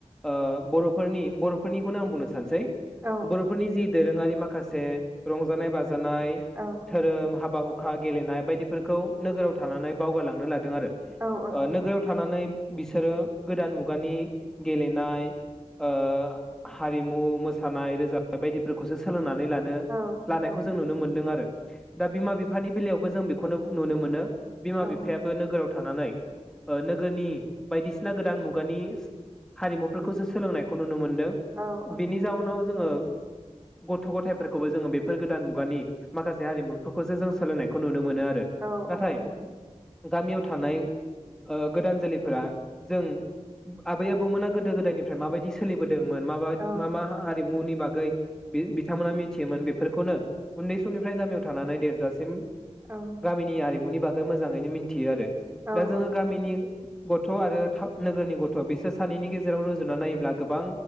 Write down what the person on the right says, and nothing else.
औ
औ
औ औ नंगौ
नोंथां
औ
औ
ओ
औ औ नंगौ
नोंथां
औ
औ नंगौ नोंथां।
औ
औ
औ
औ नंगौ
नोंथां